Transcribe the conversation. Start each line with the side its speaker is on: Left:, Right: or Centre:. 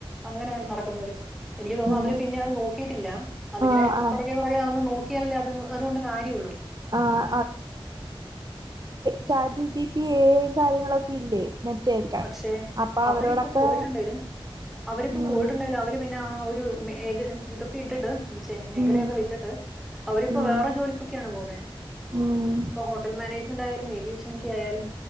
Centre: അങ്ങനെ നടക്കുന്നവര് എനിക്ക് തോന്നും
Right: ഉം
Centre: അവര് പിന്നെ അത് നോ കേട്ടില്ലാ അതിങ്ങനെ
Right: ആഹ് ആഹ്
Centre: പൊറകെ പൊറകെ നടന്ന് നോ കിയല്ലേ അത് അതുകൊണ്ട് കാര്യാള്ളൂ
Right: ആഹ് ചാറ്റിടി പി എ ഐ കാര്യങ്ങളൊക്കെ ഇല്ലേ മറ്റേയൊക്കെ
Centre: പക്ഷെ
Right: അപ്പൊ
Centre: അവരിപ്പോ
Right: അവരോടൊക്കെ
Centre: പോയിട്ടുണ്ടേലും അവരിപ്പോ
Right: ഉം
Centre: പോയിട്ടുണ്ടേലും അവര് പിന്നെ ആ ഒരു മേകലും ഇതൊക്കെ ഇട്ടിട്ട് പഷേ മേകലയൊക്കെ
Right: ഉം
Centre: വിട്ടിട്ട് അവരിപ്പോ
Right: ഉം
Centre: വേറെ ജോലിക്കൊക്കെയാണ് പോകുന്നേ
Right: ഉം
Centre: ഇപ്പൊ ഹോട്ടൽ മാനേജ്മെന്റ് ആയാലും ഏവിയേ ഭക്ഷണൊക്കെ ആയാലും